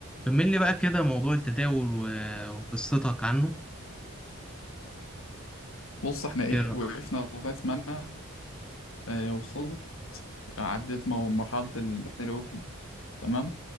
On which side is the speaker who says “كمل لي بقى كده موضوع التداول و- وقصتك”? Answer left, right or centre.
Centre